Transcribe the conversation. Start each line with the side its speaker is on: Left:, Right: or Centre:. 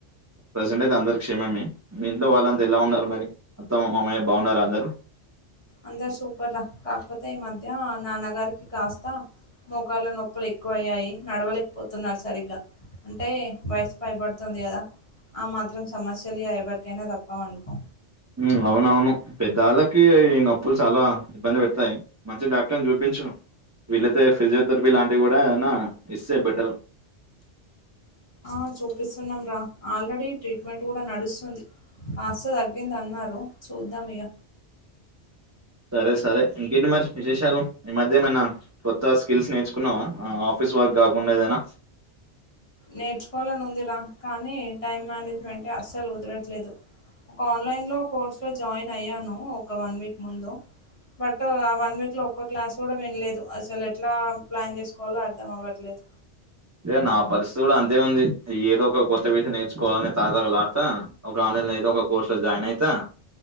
Right: ప్రజెంట్ అయితే అందరూ క్షేమమే మీ ఇంట్లో వాళ్ళంతా ఎలా ఉన్నారు మరి అత్తమ్మ మామయ్య బాగున్నారా అందరూ
Left: అందరు సూపర్ రా కాకపోతే ఈ మధ్య నాన్నగారికి కాస్తా మోకాల్లనొప్పులు ఎక్కువ అయ్యాయి నడవలేకపోతున్నారు సరిగ్గా అంటే వయసు పై పడుతుంది కదా ఆ మాత్రం సమస్యలు య ఎవరికైనా తప్పవనుకో
Right: ఉమ్మ్ అవునవును పెద్దవాళ్ళకి ఈ నొప్పులు చాలా ఇబ్బంది పెడతాయి మంచి డాక్టర్ని చూపించు వీళ్లైతే ఫిజియోథెరపీ లాంటివి కూడా ఏదన్న ఇస్తే బెటర్
Left: ఆ చూపిస్తున్నాం రా ఆల్రెడీ ట్రీట్మెంట్ కూడా నడుస్తుంది కాస్త తగ్గింది అన్నారు చూద్దాం ఇగ
Right: సరే సరే ఇంకేంటి మరి విశేషాలు ఈ మధ్య ఏమైనా కొత్త స్కిల్స్ నేర్చుకున్నావా ఆ ఆఫీస్ వర్క్ కాకుండా ఏదైనా
Left: నేర్చుకోవాలని ఉందిరా కానీ టైం మేనేజ్మెంటే అస్సలు కుదరట్లేదు ఒక ఆన్లైన్లో కోర్సు‌లో జాయిన్ అయ్యాను ఒక వన్ వీక్ ముందు బట్ ఆ వన్ వీక్‌లో ఒక్క క్లాస్ కూడా విన్లేదు అసలు ఎట్లా ప్లాన్ చేసుకోవాలో అర్థం అవ్వట్లేదు
Right: ఇగ నా పరిస్థితి కూడా అంతే ఉంది ఏదో ఒక కొత్త విష నేర్చుకోవాలని తగతగాలాడుతా ఒక ఆన్లైన్లో ఏదో ఒక కోర్స్‌లో జాయిన్ అయితా